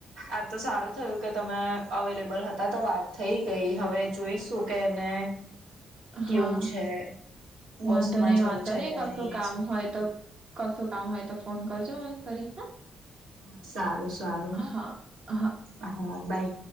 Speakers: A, on the right; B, on the right.
A: આ તો સારું થયું કે તમે અવેલેબલ હતા તો વાત થઈ ગઈ હવે જોઈશું કેને કેવું
B: હા
A: છે બસ
B: વાંધો
A: માં
B: નહી
A: જવું
B: વાંધો
A: છે
B: નહી
A: કેને
B: કશું
A: અહી
B: કામ હોય તો કસ કામ હોય તો ફોન કરજો મલ ફરી
A: હા સારું સારું
B: હા હ--.
A: હા બાઈ